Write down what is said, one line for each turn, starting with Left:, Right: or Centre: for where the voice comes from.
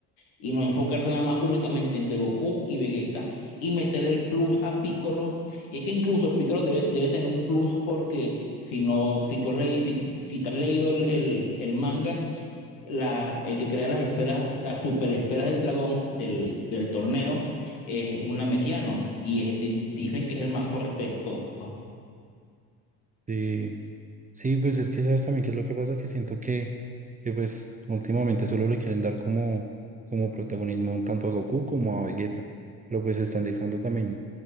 Left: y no enfocarse nada más únicamente entre Goku y Vegeta y meter el plus a Piccolo. Y es que incluso Piccolo debe, debe tener un plus porque tú- si no, si tú has leído, si, si te has leído el, el- el manga, la, el que crea las esferas, las super esferas del dragón del, del torneo es un Namekiano y es- di- dicen que es el más fuerte. de todos.
Right: sí. Sí, pues es que sabes también qué es lo que pasa, que siento que, que pues últimamente solo le quieren dar como, como protagonismo tanto a Goku como a Vegeta, pero pues están dejando también